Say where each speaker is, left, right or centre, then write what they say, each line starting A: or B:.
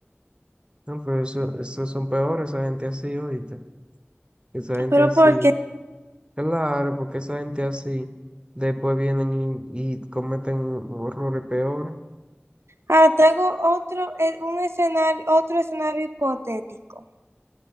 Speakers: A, on the right; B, on the right.
A: No, pero eso, esos son peores, esa gente así, oíste. Esa gente
B: Pero
A: así.
B: porque,
A: Claro, porque esa gente así después vienen y, y cometen horrores peores.
B: ah, te hago otro, eh, un escenario, otro escenario hipotético.